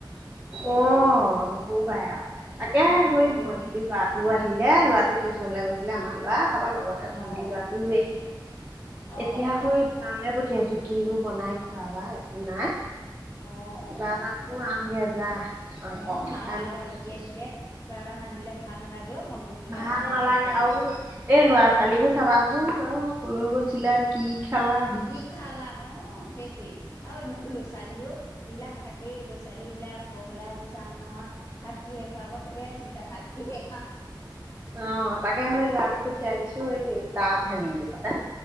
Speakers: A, on the right (about 20°); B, on the left (about 40°).
A: অ' নকবাই আৰু, তাকে
B: উম, অকল
A: সেই
B: বুট
A: ভন্টি
B: দি
A: ল'ৰাতো টো আহিলে ল'ৰাটো টিউশচনলৈ গৈছিলে আমাৰ ল'ৰা তাৰপৰা লগতে
B: অ',
A: ভণ্টিৰ ল'ৰাটোও লৈ আহিলে
B: অ',
A: এতিয়া সৈ দোকানলৈ পঠিয়াইছো, কিনো বনাই খোৱাবা একো নাই।
B: অ', অ', অ',
A: কিবা এটাবোলো আনগে যা। মাংস
B: অ'
A: অকণকে
B: তো নাই
A: আনিবলৈ
B: আৰু আলহী
A: পঠিয়াইছো
B: আহিলে কিবা এটা নানিলে ভাল নালাগেও মনটো। কিবা
A: ভাল
B: এটা খোৱালেহে
A: নালাগে
B: ভাল লাগে
A: আৰু এ ল'ৰা ছোৱালী বোৰ চাবাচোন অ' কলৈ গৈ চিলে কি খালা
B: কি খালা অ' সেইটোৱেই। আৰু এনেও লো ছোৱালীও, সেইবিলাক থাকেই। লো ছোৱালী বোলে আমুকৰ ঘৰলে আজি যাম নহয়। ভাত কিহে খুৱাব, সেইটোহে চিন্তা। ভাত কিহে খাম!
A: অ', তাকে হয়, ল'ৰাটোক পঠিয়াই দিছো, এই তাৰ ভাগিনটোৰ সতে।